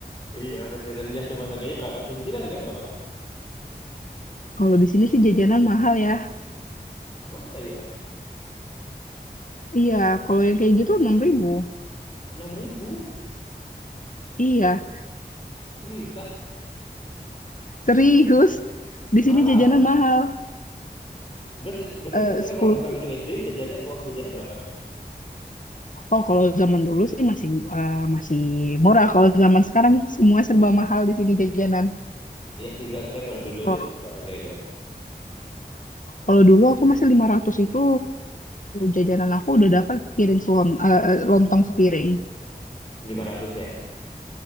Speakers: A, on the left (about 35°); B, on the left (about 50°).
A: Iya, versi renyah cuma harganya berapa sih? Di sini harganya berapa, Kak?
B: Kalau di sini sih jajanan mahal ya.
A: Masa ya?
B: Iya, kalau yang kayak gitu 6.000.
A: enam ribu
B: Iya,
A: Serius ah?
B: serius. Di
A: Mahal
B: sini jajanan
A: amat.
B: mahal.
A: Berarti, berarti
B: Eh,
A: misalnya
B: Sepuluh
A: kalau kakak
B: ribu.
A: dulu SD jajannya uang jajannya berapa dong?
B: Oh, kalau zaman dulu sih masih eh, masih murah. Kalau zaman sekarang semua serba mahal di sini jajanan.
A: Iya sih, enggak sebenarnya kalau dulu
B: Kalau
A: tuh berapa kira-kira?
B: kalau dulu aku masih 500 itu jajanan aku udah dapat piring selon, eh, lontong sepiring.
A: 500 ya?